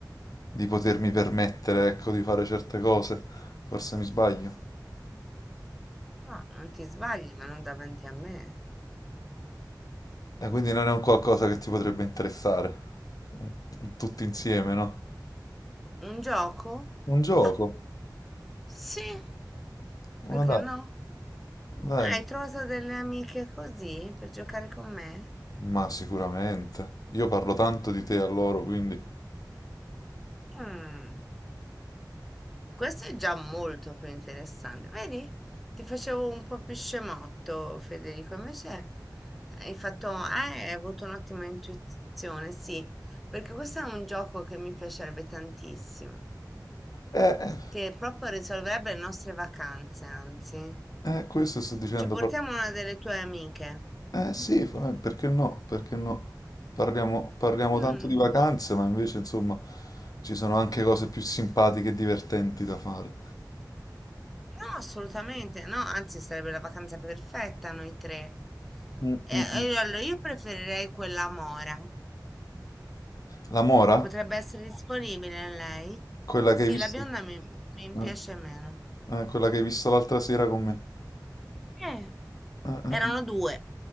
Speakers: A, on the left; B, in the centre.
A: di potermi permettere, ecco, di fare certe cose. Forse mi sbaglio.
B: No, non ti sbagli, ma non davanti a me.
A: Eh, quindi non è un qualcosa che ti potrebbe interessare. Mm, Tutti insieme, no?
B: Un gioco?
A: Un gioco.
B: Ah, sì,
A: Ma
B: perché
A: dai,
B: no?
A: dai.
B: Ah, hai trovato delle amiche così per giocare con me?
A: Ma sicuramente. Io parlo tanto di te a loro, quindi...
B: Mm, Questo è già molto più interessante. Vedi? Ti facevo un po' più scemotto, Federico. Invece hai fatto, eh, hai avuto un'ottima intuizione, sì, perché questo è un gioco che mi piacerebbe tantissimo.
A: Eh,
B: che proprio risolverebbe le nostre vacanze, anzi.
A: eh, questo sto dicendo.
B: Ci portiamo
A: par-
B: una delle tue amiche.
A: Eh sì, fa- eh, perché no? Perché no? Parliamo, parliamo
B: Mm,
A: tanto di vacanze, ma invece, insomma, ci sono anche cose più simpatiche e divertenti da fare.
B: no, assolutamente no, anzi sarebbe la vacanza perfetta noi tre.
A: Mm,
B: Eh,
A: mm,
B: eh,
A: mm.
B: allora, io preferirei quella Mora.
A: La Mora?
B: Potrebbe essere disponibile lei?
A: Quella
B: Sì,
A: che hai visto?
B: la bionda mi, mi
A: Eh,
B: piace meno.
A: eh, quella che hai visto l'altra sera con me.
B: Eh,
A: Eh, eh,
B: Erano due.